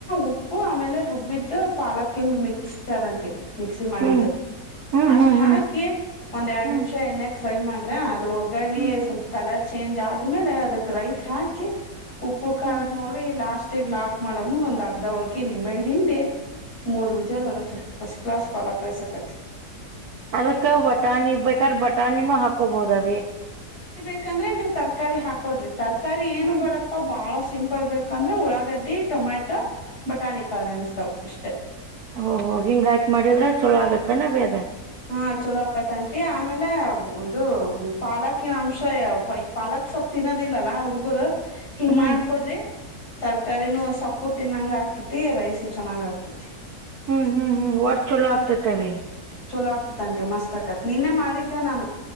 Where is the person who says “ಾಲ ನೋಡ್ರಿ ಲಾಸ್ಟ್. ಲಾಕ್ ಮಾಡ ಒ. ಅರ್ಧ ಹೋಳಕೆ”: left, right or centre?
Left